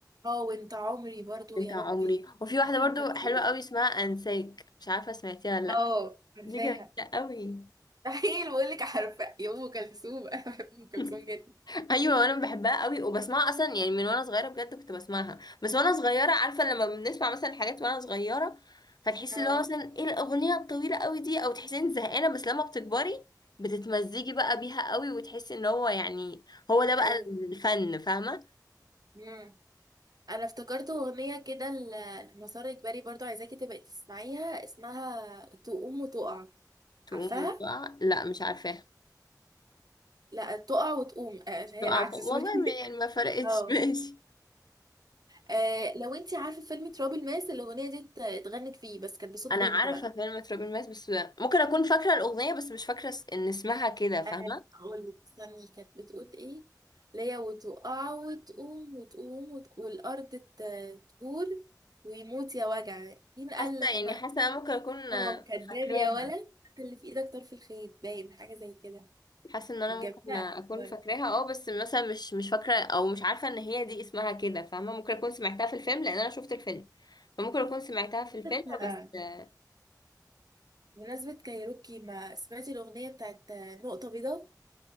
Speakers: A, on the right; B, on the left.
A: اه وأنت عمري برضه
B: بتاع
A: يا
B: عمري
A: ربي
B: وفي واحدة
A: لا أم
B: برضو
A: كلثوم
B: حلوة قوي اسمها أنساك مش عارفة سمعتيها ولا لأ
A: اه عارفاها
B: دي جميلة قوي
A: مستحيل بقول لك عارفة يا أم كلثوم <laughs> أنا بحب أم كلثوم
B: <laughs>
A: جدا
B: ايوه انا بحبها قوي وبسمعها اصلا يعني من وانا صغيره بجد كنت بسمعها بس وانا صغيره عارفه لما بنسمع مثلا حاجات وانا صغيره فتحسي
A: اه
B: اللي هو مثلا ايه الاغنيه الطويله قوي دي او تحسي انك زهقانه بس لما بتكبري بتتمزجي بقى بيها قوي وتحسي ان هو يعني هو ده بقى
A: ايوه
B: الفن فاهمه
A: امم انا افتكرت اغنيه كده ل- لمسار اجباري برضو عايزاكي تبقي تسمعيها اسمها تقوم وتقع
B: تقوم
A: عارفاها
B: وتقع لا مش عارفاها
A: لا تقع وتقوم آه، هي
B: تقع
A: العكس
B: وت- والله
A: سوري <laughs>
B: ما- يعني ما فرقتش
A: اه
B: <laughs> ماشي
A: آه، لو انتي عارفه فيلم تراب الماس الاغنيه دي ات- اتغنت فيه بس كانت بصوت
B: انا
A: بنت
B: عارفه
A: بقى
B: كلمه تراب الماس بس ممكن اكون فاكره الاغنيه بس مش فاكره اس- ان اسمها كده فاهمه
A: انا هقول لك استني كانت بتقول ايه ليا وتقع وتقوم وتقوم وت... والارض ت- تقول ويموت يا وجع مين قال
B: حاسه
A: لك
B: يعني حاسه انا ممكن اكون
A: اه
B: آه،
A: كداب
B: فاكراها
A: يا ولد حط اللي في ايدك طرف الخيط باين حاجه زي كده
B: حاسه ان انا
A: كانت جميله
B: ممكن اكون
A: برضه
B: فاكراها اه بس مثلا مش مش فاكره او مش عارفه ان هي دي اسمها كده فاهمه ممكن اكون سمعتها في الفيلم لان انا شفت الفيلم فممكن اكون سمعتها في الفيلم
A: لا،
B: بس آه،
A: بمناسبه كايروكي ما سمعتي الاغنيه بتاعت نقطه بيضاء